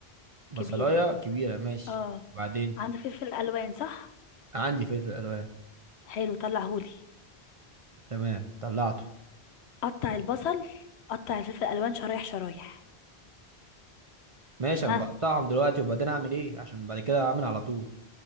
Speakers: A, on the right; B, on the left.
A: بصلاية
B: كبيرة
A: كبيرة ماشي
B: اه
A: بعدين
B: عندك فلفل الوان صح
A: عندي فلفل ألوان
B: حلو طلعهولي
A: تمام طلعته
B: قطع البصل قطع الفلفل الالوان شرايح شرايح
A: ماشي
B: ها
A: أنا بقطعهم دلوقتي وبعدين أعمل إيه عشان بعد كده أعمل على طول